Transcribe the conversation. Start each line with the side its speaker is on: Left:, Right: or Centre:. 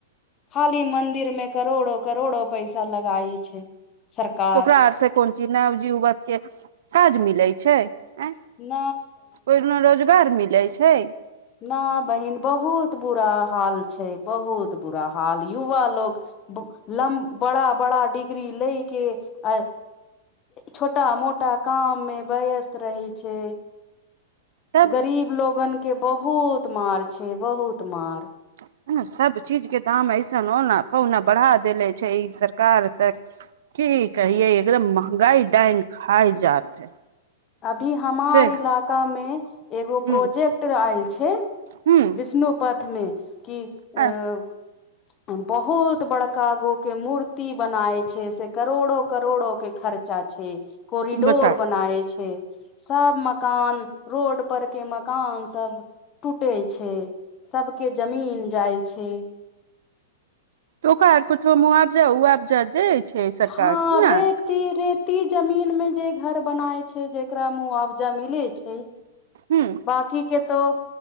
Left: खाली मंन्दिर मे करोड़ो करोड़ो पैसा लगई छै सरकार
Right: ओकरा आर से कोन जे नवजुवक के काज मिलै छै आ
Left: न
Right: ओहिमे रोजगार मिलै छै
Left: न बहिन बहुत बुरा हाल छै बहुत बुरा हाल युवा लोग लम बड़ा बड़ा डिग्री लेइ के आ छोटा मोटा काम मे वयस्त रहै छै
Right: तब
Left: गरीब लोगन के बहुत मार छै बहुत मार
Right: हइ न सभ चीजके दाम ऐसन अउना पउना बढ़ा देेले छै ई सरकार तऽ की कहिये एकदम महगाई डइन खाय जात है
Left: अभी हमार
Right: से
Left: इलाका मे एगो
Right: हूँ
Left: प्रोजेक्ट आयल छै
Right: हूँ
Left: विष्णु पथमे कि
Right: आ
Left: ओ बहुत बड़का गो के मूर्ति बनाय छै से करोड़ो करोड़ो के खर्चा छै कोरिडोर
Right: बताय
Left: बनाए छै छै सब मकान रोड पर के मकान सब टूटे छै सबके जमीन जाइ छै
Right: तो ओकार कुछो मुआबजा उआबजा दै छै सरकार
Left: हँ
Right: कि नहि
Left: रेती रेती ती जमीन मे जे घर बनाय छै जेकरा मुआवजा मिले छै
Right: ह
Left: बकी के तो